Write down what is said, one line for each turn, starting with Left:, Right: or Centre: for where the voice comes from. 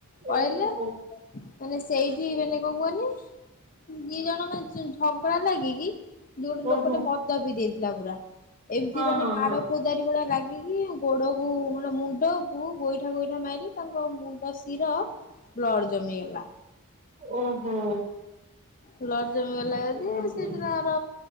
Left: ପଳେଇଲେ,
Right: ଓହୋ
Left: ମାନେ ସେଇଠି ମାନେ କଁ କୁହନି ଦି ଜଣ ମଝିର୍ ଝଗଡା ଲାଗିକି ଇଏ ଗୋଟେ ଲୋକଟେ
Right: ଓହୋ
Left: ମଦ ପିଇଦେଇଥିଲା ପୁରା, ଏମିତି
Right: ହଁ
Left: ମାନେ
Right: ହଁ
Left: ମାଡ
Right: ହଁ
Left: ଫୌ ଦାରି ଭଳିଆ ଲାଗିକି, ଗୋଡକୁ, ମାନେ ମୁଣ୍ଡକୁ ଗୋଇଠା ଗୋଇଠା ମାଇଲେ, ତାଙ୍କ ମୁଣ୍ଡ ଶିର ବ୍ଲଡ ଜମିଗଲା।
Right: ଓହୋ।
Left: ବ୍ଲଡ ଜମିଗଲା
Right: ହୁଁ
Left: ଯଦି, ସେଇଦିନ ଆର